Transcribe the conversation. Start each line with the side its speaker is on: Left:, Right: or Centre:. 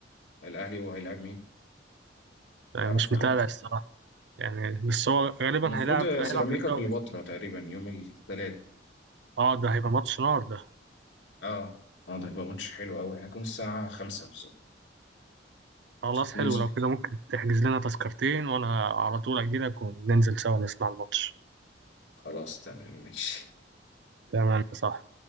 Left: الأهلي وهيلعب مين
Right: آه،
Left: تعرف
Right: مش
Left: ولا
Right: متابع
Left: لأ؟ آه.
Right: الصراحة يعني بس هو غالبا
Left: المفروض
Right: هيلعب هيلعب
Left: سيراميكا
Right: في الدوري
Left: كليوباترا تقريبا يوم الثلاث
Right: اه ده هيبقى ماتش نار ده
Left: اه اه ده يبقى ماتش حلو قوي هيكون الساعة 5 بالظبط
Right: خلاص حلو
Left: ننزل
Right: لو كده ممكن تحجز لنا تذكرتين وانا على طول اجي لك وننزل سوا نسمع الماتش
Left: خلاص تمام ماشي
Right: تمام صح